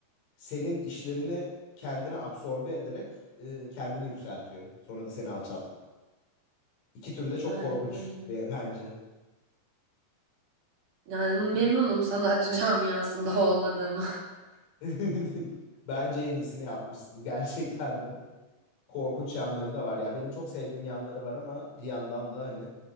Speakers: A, on the left; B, on the right.
A: senin işlerini kendine absorbe ederek e, kendini yükseltiyor. Sonra da seni alçaltıp İki türü de çok
B: Aynen
A: korkunç
B: öyle.
A: be- bence.
B: Yani memnunum sanatçı camiasında olmadığıma. <laughs>
A: <laughs> Bence en iyisini yapmışsın gerçekten de. Korkunç yanları da var ya. Benim çok sevdiğim yanları var ama bir yandan da hani